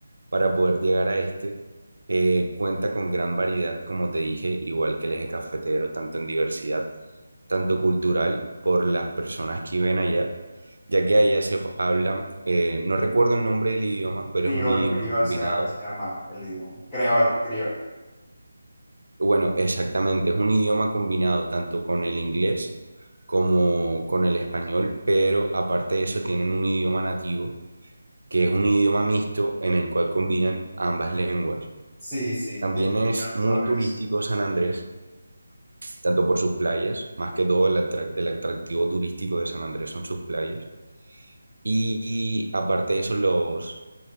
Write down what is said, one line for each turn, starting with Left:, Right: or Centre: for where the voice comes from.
Right: para poder llegar a este. Eh, cuenta con gran variedad, como te dije, igual que el eje cafetero, tanto en diversidad, tanto cultural, por las personas que viven allá, ya que allá se f- habla, eh, no recuerdo el nombre del idioma, pero
Centre: Criol,
Right: es un idioma
Centre: criol
Right: combinado,
Centre: se llama, se llama el idioma. Creole, criol.
Right: bueno, exactamente, es un idioma combinado tanto con el inglés como con el español, pero aparte de eso tienen un idioma nativo, que es un idioma mixto en el cual combinan ambas lenguas.
Centre: Sí, sí,
Right: También
Centre: he escuchado
Right: es muy
Centre: sobre
Right: turístico
Centre: eso.
Right: San Andrés, tanto por sus playas, más que todo el, atrac- el atractivo turístico de San Andrés son sus playas. Y, y aparte de eso, los,